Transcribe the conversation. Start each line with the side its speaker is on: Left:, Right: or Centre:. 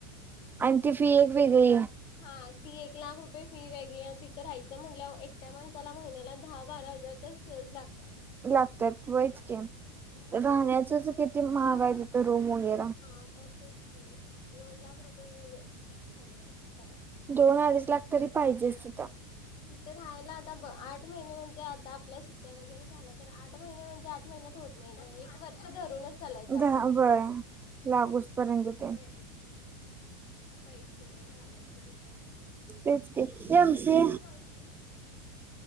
Right: आणि ती फी एक वेगळी
Left: हा ती एक लाख रुपये फी वेगळी आणि तिथं राहायचं म्हणल्या एकट्या माणसाला महिन्याला दहा बारा हजार तर सहज लागतात
Right: लागतात वैचकी
Left: म्हणून
Right: राहण्याचच किती महाग रूम वगैरे रा
Left: हा मग की दोन लाख रुपये चालवायच त्याला
Right: दोन अडीच लागतरी पाहिजेच तिथे
Left: तिथं राहायला आता आठ महिने म्हणजे आता आपल्या सुट्ट्या वगैरे झाल्या तर आठ महिने म्हणजे आ त होत नाही एक वर्ष धरूनच चालायचं आपण.
Right: दहा बरं लागूस पर्यंत ते
Left: मग पैसे म घालायचे कुठून
Right: तेच की एम सी
Left: <unintelligible>